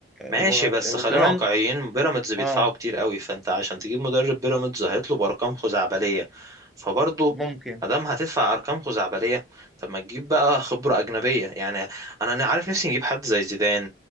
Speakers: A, on the right; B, in the centre.
A: ماشي
B: وغت...
A: بس
B: وكمان
A: خلينا واقعيين بيراميدز بيدفعوا
B: اه
A: كتير قوي فانت عشان تجيب مدرب بيراميدز هيطلب ارقام خزعبلية فبرضه
B: ممكن
A: ادام هتدفع ارقام خزعبلية طب ما تجيب بقى خبرة أجنبية يعني انا أنا عارف نفسي نجيب حد زي زيدان